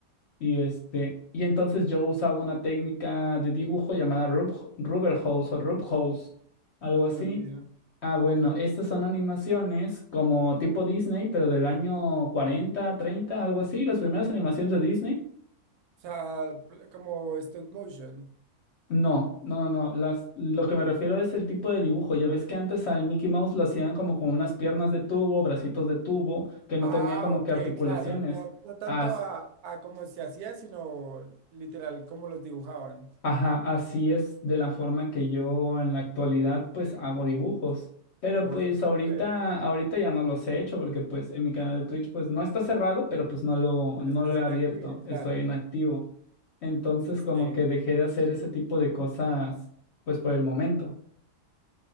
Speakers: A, on the left; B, on the right.
A: Y este, y entonces yo usaba una técnica de dibujo llamada Rub, Rubber Hose o Rub Hose, algo
B: No,
A: así.
B: ni idea.
A: Ah, bueno, estas son animaciones como tipo Disney, pero del año 40, 30, algo así, las primeras animaciones de Disney
B: O sea, pl- como stop motion.
A: No, no, no, no. Las, lo que me refiero es el tipo de dibujo. Ya ves que antes al Mickey Mouse lo hacían como con unas piernas de tubo, bracitos de tubo, que no
B: Ah,
A: tenía como
B: ok,
A: que articulaciones.
B: claro. No, no tanto
A: As-
B: a, a cómo se hacía, sino literal cómo los dibujaban.
A: ajá, así es de la forma que yo en la actualidad pues hago dibujos. Pero
B: Oye,
A: pues
B: súper,
A: ahorita, ahorita ya no los he hecho porque pues en mi canal de Twitch pues no está cerrado, pero pues no lo,
B: pero
A: no
B: estás
A: lo he
B: inactivo,
A: abierto.
B: claro.
A: Estoy inactivo. Entonces como
B: Sí.
A: que dejé de hacer ese tipo de cosas pues por el momento.